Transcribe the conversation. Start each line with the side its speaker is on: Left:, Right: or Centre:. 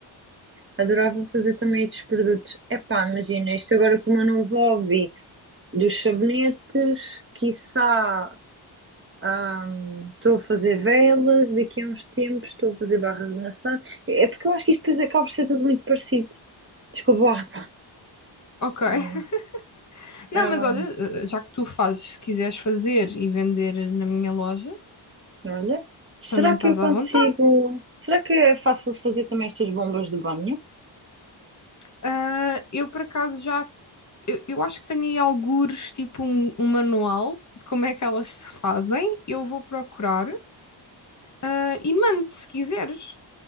Right: Adorava fazer também estes produtos. Epá, imagina, isto agora com o meu novo hobby dos sabonetes, quiçá hum, estou a fazer velas, daqui a uns tempos estou a fazer barras de maçã. É porque eu acho que isto depois acaba por ser tudo muito parecido. Desculpa lá.
Left: Ok. <laughs>
Right: Né?
Left: Não,
Right: Hum,
Left: mas olha, eh, já que tu fazes, se quiseres fazer e vender na minha loja,
Right: olha, será
Left: também estás
Right: que eu consigo...
Left: à vontade.
Right: Será que é fácil fazer também estas bombas de banho?
Left: Ah, eu, por acaso, já eu, eu acho que tenho aí algures, tipo um, um manual de como é que elas se fazem. Eu vou procurar, ah, e mando se quiseres.